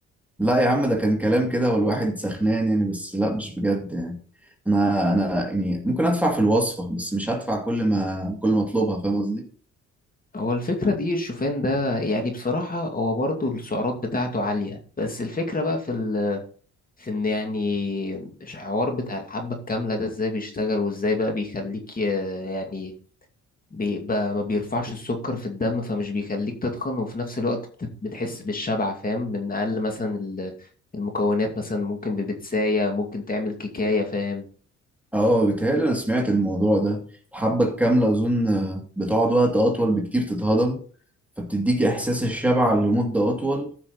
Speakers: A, in the centre; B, on the left (about 30°).
A: لا يا عم ده كان كلام كده والواحد سخنان يعني بس لا مش بجد يعني أنا أنا يعني ممكن أدفع في الوصفة بس مش هدفع كل ما كل ما أطلبها فاهم قصدي؟
B: هو الفكرة دقيق الشوفان ده يعني بصراحة هو برضو السعرات بتاعته عالية بس الفكرة بقى في في ان يعني الحوار بتاع الحبة الكاملة ده ازاي بيشتغل وازاي بقى بيخليك ي- يعني بيبقى ما بيرفعش السكر في الدم فمش بيخليك تتخن وفي نفس الوقت بت- بتحس بالشبع فاهم من اقل مثلا ال- المكونات مثلا ممكن ببتساية ممكن تعمل كيكاية فاهم
A: اه بيتهيألي أنا سمعت الموضوع ده الحبة الكاملة أظن آه، بتقعد وقت أطول بكتير تتهضم فبتديك إحساس الشبع لمدة أطول